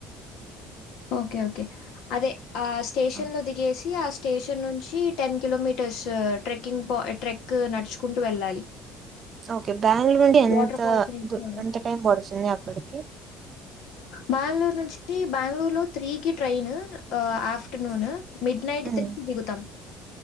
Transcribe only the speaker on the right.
ఆ,
ఓకే బ్యాంగళూరు నుండి ఎంత
ఎంత టైం పడుతుంది అక్కడికి
హ్మ్